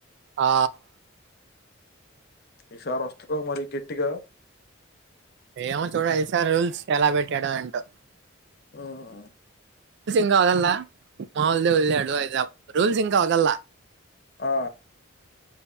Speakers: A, on the right; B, on the left.
A: ఆ
B: ఈసారి ఓస్తదో మరి గట్టిగా
A: ఏమో చూడలి ఇసారీ రూల్స్ ఎలా పెట్టాడో ఎంటో?
B: ఆహా
A: రూల్స్ ఇంగ ఒద్దలే ఒదులే ఒదిలే అడ్వైస్ రూల్స్ ఇంకా ఓద్దలే
B: ఆ